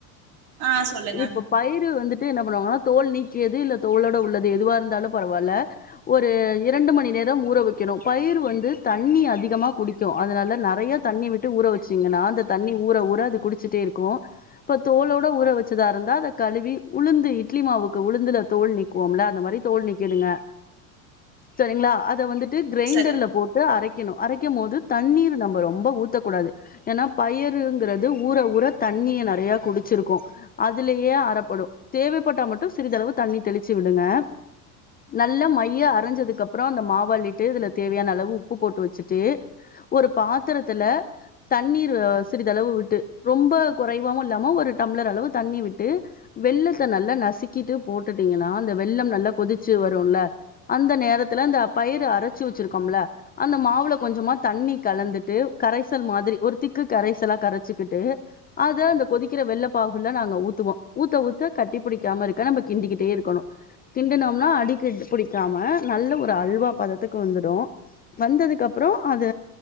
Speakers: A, on the right; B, on the left.
A: ஆ சொல்லுங்க
B: இப்ப பயிரு வந்துட்டு என்ன பண்ணுவாங்கனா தோல் நீக் கியது இல்ல தோலோட உள்ளது எதுவா இருந்தாலு பரவால்ல ஒரு இரண்டு மணி நேர் ரம் ஊற வெக்கணு பயிரு வந்து தண் ண்ணி அதிகமா குடிக்கு அதுனால நறையா தண்ணி விட்டு ஊற வெச்சீங்கனா அந்த தண்ணி ஊற ஊற அது குடிச்சுட்டே இருக்கூ இப்ப தோலோட ஊற வெச்சதாருந்தா அத கழுவி உளுந்து இட்லி மாவுக்கு உளுந்துல தோல் நீக்குவோம்ல அந்த மாரி தோல் நீக்கிடுங்க செரிங்ளா அத வந்துட் டு கிரைண்டர்ல
A: சரி
B: போட் ட்டு அரைக்கிணு அரைக்கிம் மோது தண்ணீரு நம்ப ரொம்ப ஊத்தக்கூடாது ஏனா பயருங்கறது ஊற ஊற தண்ணிய நறையா குடிச்சிருக்கூ அதுலையே அரப்படு தேவைப்பட்டா மட்டு சிறிதளவு தண்ணி தெளிச்சு விடுங்க நல்லா மைய்ய அரைஞ்சதுக்கப்றோ அந்த மாவள்ளிட்டு இதுல தேவையான அளவு உப் ப்பு போட்டு வெச்சிட்டு ஒரு பாத்தரத்துல தண்ணீரு அ சிறிதளவு விட்டு ரொம்ப கொறைவாவு இல்லாம ஒரு டம்ளர் அளவு தண்ணி விட்டு வெல்லத்த நல்லா நசுக்கிட்டு போட்டுட்டீங்கனா அந்த வெல்லம் நல்லா கொதிச்சு வருல்ல அந்த நேரத்துல அந்த பயிரு அரச்சு வெச்சிருக்கோம்ல்ல அந்த மாவுல கொஞ்சமா தண்ணி கலந்துட்டு கரைசல் மாதிரி ஒரு திக்கு கரைசலா கரச்சுக்கிட்டு அத அந்த கொதிக்கிற வெள்ள பாகுல நாங்க ஊத்துவோ ஊத்த ஊத்த கட்டி புடிக்காம இருக்க நம்ம கிண்டிக்கிட்டே இருக்கணு கிண்டுனம்னா அடி கிட் புடிக்காம நல்ல ஒரு அல்வா பதத்துக்கு வந்துடு வந்ததுக்கு அப்றோ அத